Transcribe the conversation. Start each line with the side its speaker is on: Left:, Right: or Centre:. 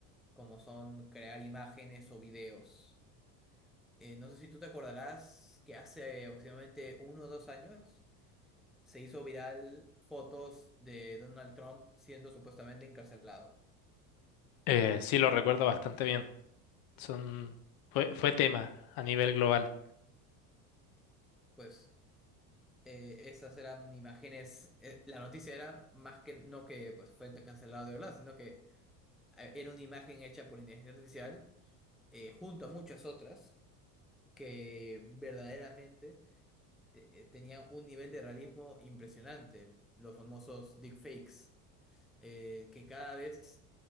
Centre: como son crear imágenes o videos. Eh, no sé si tú te acordarás que hace aproximadamente uno o dos años se hizo viral fotos de Donald Trump siendo supuestamente encarcelado.
Left: Eh, sí, lo recuerdo bastante bien. Son, fue, fue tema a nivel global.
Centre: Pues eh, esas eran imágenes, eh, la noticia era más que no que pues, fue cancelado de verdad, sino que a- era una imagen hecha por inteligencia artificial, eh, junto a muchas otras, que verdaderamente te- eh, tenían un nivel de realismo impresionante, los famosos deepfakes, eh, que cada vez